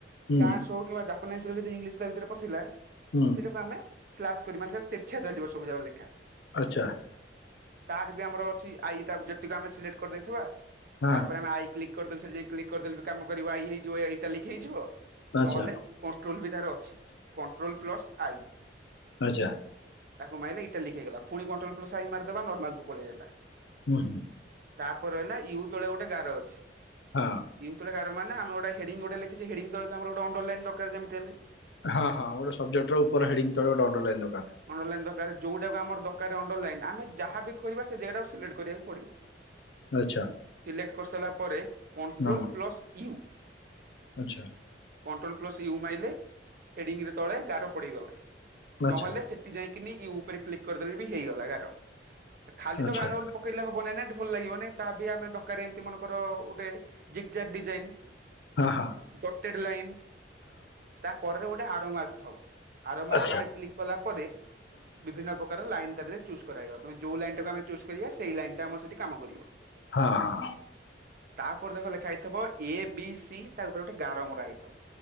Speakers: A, on the left; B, on the right.
A: ହୁଁ
B: ଫ୍ରାନ୍ସ ହଉ କିମ୍ବା ଜା <unintelligible> ଯଦି ଇଂଲିଶ ତା ଭିତରେ ପଶିଲା?
A: ହୁଁ
B: ସେଇଟାକୁ ଆମେ ସ୍ଲାସ କରି ମାନେ ସେ ତେର୍ଛା ଚାଲିବ ସବୁଯାକ ଲେଖା।
A: ଆଚ୍ଛା।
B: ତାର ବି ଆମର ଅଛି, ଆଇ ତା ଯେତିକ ଆମେ ସିଲେକ୍ଟ କରିଦେଇଥିବା?
A: ହଁ।
B: ଏପଟେ ଆମେ ଆଇ କ୍ଲିକ୍ କରି ଦେଲେ ସେଇଟି ଯାଇ କ୍ଲିକ୍ କରିଦେଲେ କାମ କରିବ ଆଇ ହେଇ ଯିବ ଏଇଟା ଲିକ ହେଇଯିବ
A: ଆଚ୍ଛା
B: ନହେଲେ କଣ୍ଟ୍ରୋଲ ବି ତାର ଅଛି କଣ୍ଟ୍ରୋଲ ପ୍ଲସ ଆଇ।
A: ଆଚ୍ଛା।
B: ତାକୁ ମାଇଲେ ଏଇଟା ଲିକ୍ ହେଇଗଲା ପୁଣି କଣ୍ଟ୍ରୋଲ ପ୍ଲସ ଆଇ ମାରିଦବା ନର୍ମାଲକୁ ପଳେଇ ଆଇଲା।
A: ହୁଁ।
B: ତାପରେ ହେଲା ୟୁ ତଳେ ଗୋଟେ ଗାର ଅଛି।
A: ହଁ
B: ଇୟୁ ତଳେ ଗାର ମାନେ ଆମେ ଗୋଟେ ହେଡିଙ୍ଗ ଗୋଟେ ଲେଖିଚେ ହେଡିଙ୍ଗ ତଳେ ଆମର ଗୋଟେ ଆଣ୍ଡରଲାଇନ ଦରକାର ଯେମିତି ହେଲେ।
A: ହଁ ହଁ ଗୋଟେ ସବଜେକ୍ଟ ଉପର ହେଡିଙ୍ଗ ତଳେ ଗୋଟେ ଅଣ୍ଡରଲାଇନ୍ ଦରକାର।
B: ଅଣ୍ଡରଲାଇନ ଦରକାର ଯୋଉଟାକୁ ଆମର ଦରକାର ଅଣ୍ଡର ଲାଇନ୍ ଆମେ ଯାହା ବି କରିବା ସେ ଜାଗାକୁ ସିଲେକ୍ଟ କରିବାକୁ ପଡିବ।
A: ଆଚ୍ଛା।
B: ସିଲେକ୍ଟ କରିସାରିଲା ପରେ କଣ୍ଟ୍ରୋଲ
A: ହଁ
B: ପ୍ଲସ୍ ୟୁ।
A: ଆଚ୍ଛା।
B: କଣ୍ଟ୍ରୋଲ ପ୍ଲସ ୟୁ ମାଇଲେ ହେଡିଙ୍ଗରେ ତଳେ ଗାର ପଡିଗଲା
A: ଆଚ୍ଛା
B: ନହେଲେ ସେଠି ଯାଇକିନି ୟୁ ଉପରେ କ୍ଲିକ୍ କରିଦେଲେ ବି ହେଇଗଲା ଗାର ଖାଲି
A: ଆଚ୍ଛା
B: ତ ଗାର ପକେଇଲେ ହବ ନାଇଁ ନା ଭଲ ଲାଗିବନି ତା ପି ଆମେ ଦରକାର ଏମିତି ମନଙ୍କର ଗୋଟେ ଜିଗ ଜାକ ଡିଜାଇନ।
A: ଆ ହା।
B: ଟୋଟେଟ୍ ଲାଇନ୍ ତା କଡ଼ରେ ଗୋଟେ ଆରୋ ମାର୍କ ଥିବ ଆରୋ ମାର୍କ
A: ଆଚ୍ଛା
B: ଉପରେ କ୍ଲିକ୍ କଲା ପରେ ବିଭିନ୍ନ ପ୍ରକାର ଲାଇନ ତା ଥିରେ ଚୁଜ କରାଗଲା ତମେ ଯୋଉ ଲାଇନ୍ ଟାକୁ ଆମେ ଚୂଜ୍ କରିବା ସେଇ ଲାଇନ୍ ଟା ଆମ ସେଠି କାମ କରି ଇଓ
A: ଆହା।
B: ତାପରେ ଦେଖ ଲେଖା ହେଇଥିବ ଏ ବି ସି ତା ଉପରେ ଗୋଟେ ଗାର ମରା ହେଇଥିବ।